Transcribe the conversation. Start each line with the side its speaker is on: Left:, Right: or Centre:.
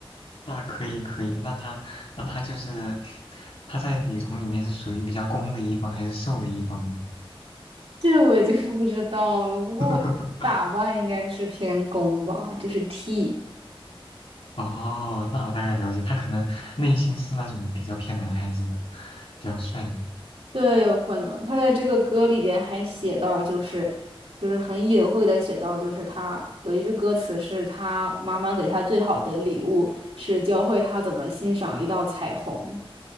Left: 那可以可以，那他那他就是他在女同里面是属于比较攻的一方还是受的一方呢？
Right: 这我就 <laughs> 不知道了。不过我打扮应该是偏攻吧，
Left: <laughs>
Right: 就是 T，
Left: 哦，那我大概了解，他可能内心是那种比较偏男孩子的，比较帅的。
Right: 对，有可能。他在这个歌里边还写到，就是就是很隐晦的写到，就是他有一句歌词是他妈妈给他最好的礼物是教会他怎么欣赏一道彩虹，